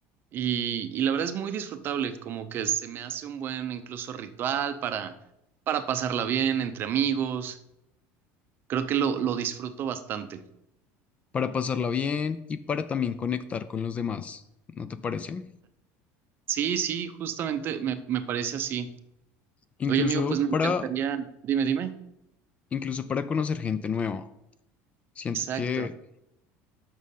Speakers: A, on the right; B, on the left.
A: y, y la verdad es muy disfrutable, como que se me hace un buen incluso ritual para, para pasarla bien entre amigos, creo que lo, lo disfruto bastante.
B: para pasarla bien y para también conectar con los demás, ¿no te parece?
A: Sí, sí, justamente me, me parece así.
B: Incluso
A: Oye, amigo, pues me
B: para,
A: encantaría. Dime, dime.
B: incluso para conocer gente nueva. Siento
A: Exacto.
B: que